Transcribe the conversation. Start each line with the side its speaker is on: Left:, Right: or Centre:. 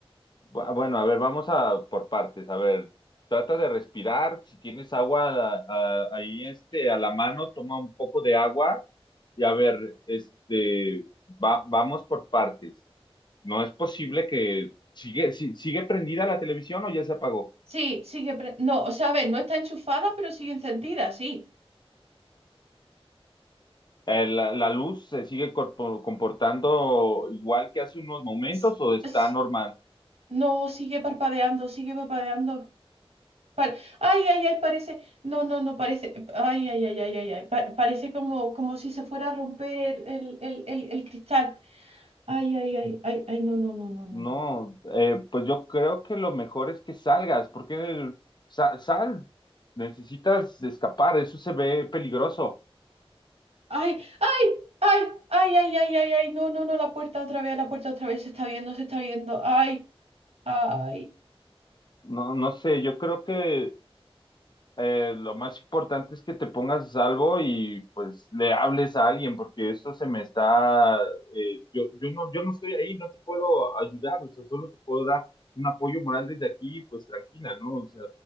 Left: Bu- Bueno, a ver, vamos a por partes. A ver, trata de respirar. Si tienes agua a- a- ahí este, a la mano, toma un poco de agua y a ver, este, va, vamos por partes. No es posible que sigue, si- sigue prendida la televisión o ya se apagó.
Right: Sí, sigue, pre- no, o sea, a ver, no está enchufada, pero sigue encendida, sí.
Left: Eh, ¿La, la luz se sigue corpo- comportando igual que hace unos momentos
Right: S-
Left: o está
Right: s-
Left: normal?
Right: No, sigue parpadeando, sigue parpadeando. Pa- ay, ay, ay, parece, no, no, no, parece, ay, ay, ay, ay, ay, ay, pa- parece como, como si se fuera a romper el, el, el, el el cristal. Ay, ay, ay, ay, ay, no, no, no, no, no,
Left: No,
Right: no.
Left: eh, pues yo creo que lo mejor es que salgas, porque el- sa- sal, necesitas escapar, eso se ve peligroso.
Right: Ay, ay, ay, ay, ay, ay, ay, ay, no, no, no, la puerta otra vez, la puerta otra vez, se está viendo, se está viendo. Ay, ay.
Left: No, no sé, yo creo que eh, lo más importante es que te pongas a salvo y pues le hables a alguien, porque esto se me está, eh, yo, yo no, yo no estoy ahí, no te puedo ayudar, o sea, solo te puedo dar un apoyo moral desde aquí, pues tranquila, ¿no? O sea,